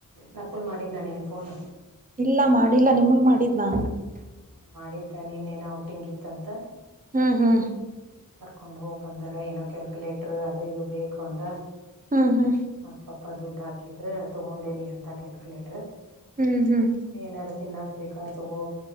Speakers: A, on the right; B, on the right.
A: ನಾ ಕೂಲ್ ಮಾಡಿದ್ದ್ ನ ನಿನ ಫೋನು
B: ಇಲ್ಲ ಮಾಡಿಲ್ಲ ನಿಮಗ್ ಮಾಡಿದ್ನಾ
A: ಹ್ಮ್ ಮಾಡಿದ್ದ ನೀ ಇನ್ನೇನ್ ಔಟಿಂಗ್ ಇತ್ತಂತ
B: ಹ್ಮ ಹ್ಮ
A: ಕರ್ಕೊಂಡ್ ಹೋಗ್ ಬಂದಾರ ಏನೋ ಕ್ಯಾಲ್ಕ್ಯುಲೇಟರ್ ಅದು ಇದು ಬೇಕು ಅಂತ
B: ಹಾ ಹಾ
A: ಮತ್ ಪಾಪ ದುಡ್ಡು ಹಾಕಿದ್ರ ತಗೊಂಡೇನಿ ಅಂದ ಕ್ಯಾಲ್ಕ್ಯುಲೇಟರ್
B: ಹ್ಮ್ ಹ್ಮ್
A: ಏನಾರು ತಿನ್ನಾಕ್ ಬೇಕಾರ ತಗೋ